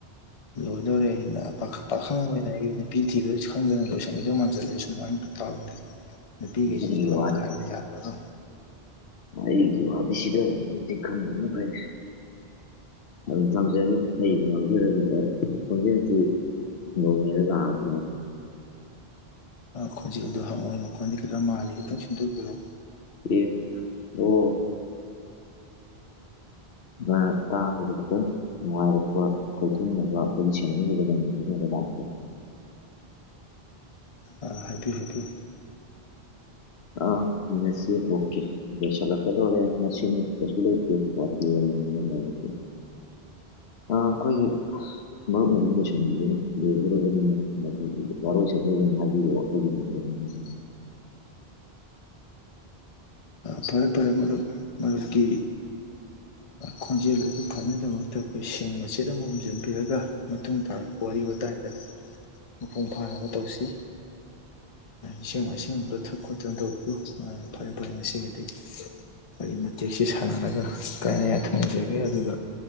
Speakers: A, on the left (about 40°); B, on the left (about 80°).
A: ꯂꯣꯏꯗꯧꯔꯦ ꯑꯩꯅ ꯄꯥꯈꯪ ꯑꯣꯏꯅ ꯑꯩ ꯅꯨꯄꯤ ꯊꯤꯕ ꯈꯪꯗꯅ ꯂꯣꯏꯁꯟꯈꯤꯗꯧ ꯃꯥꯟ ꯆꯠꯂꯦ ꯁꯨꯃꯥꯏꯅ ꯇꯧꯔꯒꯗꯤ ꯅꯨꯄꯤꯈꯩꯁꯤꯁꯨ
B: ꯑꯩꯒꯤ
A: ꯑꯝꯇ ꯍꯥꯏꯕ ꯌꯥꯗ ꯑꯗꯣ
B: ꯑꯩꯁꯨ ꯋꯥꯗꯤ ꯁꯤꯗꯕꯕꯨꯗꯤ ꯐꯔ ꯑꯗꯨꯝ ꯊꯝꯖꯒꯦ ꯍꯌꯦꯡ ꯉꯝꯖꯔꯒꯦ ꯈꯣꯡꯖꯦꯜꯁꯤ ꯃꯤ ꯂꯔꯦ
A: ꯈꯣꯟꯖꯦꯜꯗꯣ ꯍꯪꯉꯣꯏ ꯃꯈꯣꯟꯗꯤꯦ ꯈꯤꯇ ꯃꯥꯜꯜꯂꯤꯦ ꯈꯤꯇꯪ ꯁ ꯁꯦꯝꯗꯣꯛꯄꯤꯔꯣ
B: ꯌꯦ ꯑꯣ ꯑ ꯇꯥꯒꯔ ꯀꯇꯣ ꯅꯨꯡꯉꯥꯏꯔꯛꯄ ꯈꯣꯏꯊꯨꯝꯅꯕ ꯑꯩꯈꯣꯏꯒꯤ ꯁꯦꯟꯔꯗꯨꯗ ꯂꯩꯃꯤꯗꯅꯕ ꯂꯥꯛꯄ
A: ꯑ ꯍꯇ ꯍꯇ
B: ꯑ ꯃꯁꯤ ꯑꯣꯀꯦ ꯗꯦꯁꯂꯗꯔꯦ ꯃꯁꯤꯤꯟ ꯎꯛꯇꯁ ꯂꯩꯦ ꯄꯊꯅ ꯁꯤ ꯑ ꯑꯩꯈꯣꯏꯒꯤ ꯃꯔꯨꯞꯅ ꯑꯗꯨꯝ ꯂꯣꯏꯁꯤꯟꯕꯤꯔꯣꯅꯦ ꯂꯣꯏꯗꯣꯔꯕꯅꯤꯅ ꯋꯥꯔꯣꯏ ꯆꯄꯅꯤ ꯍꯥꯏꯕꯤꯔꯛꯑꯣ
A: <inaudible>
B: ꯑꯩꯈꯣꯏꯒꯤ ꯉꯝꯒꯦ ꯍꯣꯠꯅꯒꯦ ꯎꯝ
A: ꯐꯔꯦ ꯐꯔꯦ ꯃꯔꯨꯞ ꯃꯔꯨꯞꯀꯤ ꯈꯣꯟꯖꯦꯜ ꯑꯗꯨ ꯐꯅꯕꯒꯤꯗꯃꯛꯇ ꯑꯩꯈꯣꯏ ꯁꯤꯡ ꯃꯆꯦꯠ ꯑꯃ ꯎꯨꯝꯖꯤꯟꯕꯤꯔꯒ ꯃꯇꯨꯡ ꯇꯥꯔꯛꯄ ꯋꯥꯔꯤ ꯋꯥꯇꯥꯏꯗ ꯃꯄꯨꯡ ꯐꯥꯅꯕ ꯇꯧꯁꯤ ꯏꯁꯤꯡ ꯃꯥꯏꯁꯤꯡ ꯑꯝꯇ ꯊꯛ ꯈꯣꯠꯇꯅ ꯇꯧꯕꯤꯌꯨ ꯐꯔꯦ ꯐꯔꯦ ꯉꯁꯤꯒꯤꯗꯤ ꯋꯥꯔꯤ ꯃꯇꯦꯛꯁꯤ ꯁꯥꯟꯅꯔꯒ ꯀꯥꯏꯅ ꯌꯥꯊꯪ ꯅꯤꯖꯒꯦ ꯑꯗꯨꯒ